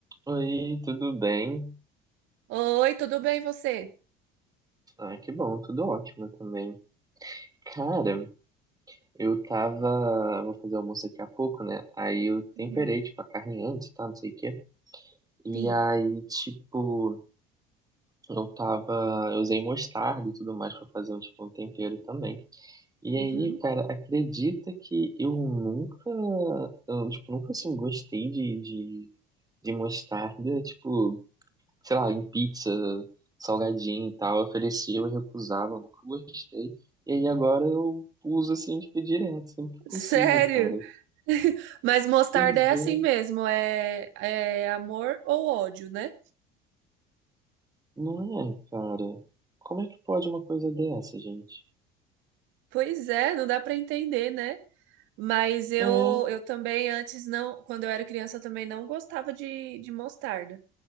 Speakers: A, on the right; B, on the right.
A: Oi, tudo bem?
B: Oi, tudo bem você?
A: Ah, que bom, tudo ótimo também. Cara, eu tava. eu Vou fazer almoço daqui a pouco, né? Aí eu temperei,
B: Uhum,
A: tipo, a carne antes, tá? Não sei o quê. E
B: Sim.
A: aí, tipo, eu tava. Eu usei mostarda e tudo mais pra fazer um, tipo, um tempero também. E
B: Uhum.
A: aí, cara, acredita que eu nunca. Eu, tipo, nunca assim gostei de, de, de mostarda, tipo. sei lá, em pizza, salgadinho e tal, ofereciam e recusavam, nunca gostei. E aí agora eu uso assim, tipo, direto, sempre que possível,
B: Sério?
A: cara.
B: <laughs> Mas mostarda
A: Pois
B: é assim
A: é,
B: mesmo, é, é amor ou ódio, né?
A: não é, cara. Como é que pode uma coisa dessa, gente?
B: Pois é, não dá pra entender, né? Mas eu,
A: É,
B: eu também antes não, quando eu era criança eu também não gostava de, de mostarda.